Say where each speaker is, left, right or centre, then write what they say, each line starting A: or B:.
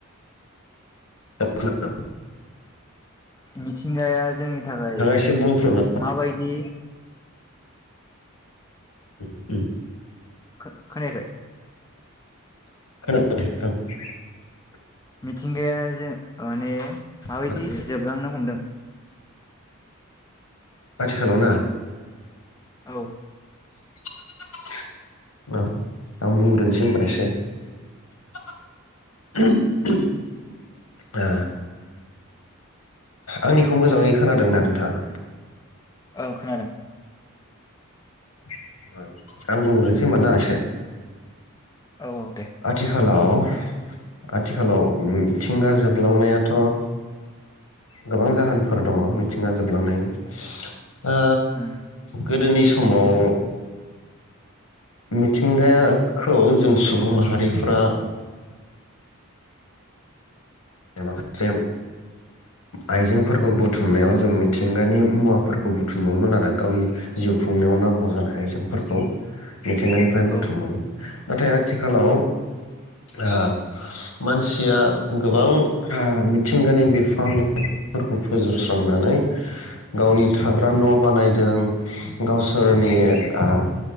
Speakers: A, on the left; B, on the left.
A: <unintelligible>
B: मिथिंगाया जोंनि थाखाय
A: एसे बुंफोरना
B: माबायदि
A: उम-उम
B: खो-खोनायाखै
A: <unintelligible>
B: मिथिंगाया जे माने माबायदि
A: खोनादों
B: जोबलांनो हमदों
A: आथिखालाव ना
B: औ
A: <unintelligible> ओ आं बुंग्रोनोसै होनबा एसे <unintelligible> <unintelligible> आ आंनिखौ मोजाङै खोनादों दा नोंथाङा
B: औ खोनादों
A: <unintelligible> आं बुंग्रोनोसै होनबा ना एसे
B: औ औ दे
A: आथिखालाव औ आथिखालाव मिथिंगा जोबलांनायाथ गोबां जाहोनफोर दङ मिथिंगा जोबलांनायनि ओ
B: उम
A: गोदोनि सम समाव मिथिंगाया खौ जों सुबुं माहारिफ्रा माखासे आइजेंफोरखौ बुथुमनायाव जों मिथिंगानि मुवाफोरखौ बुथुमोमोन आरो गावनि जिउ खुंनायाव नांगौ जानाय आइजेंफोरखौ मिथिंगानिफ्राय बुथुमोमोन
B: औ
A: नाथाय आथिखालाव आ मानसिया गोबां आ मिथिंगानि बिफां लाइफांफोरखौ फोजोबस्रांनानै गावनि थाग्रा न बानायदों गावसोरनि आ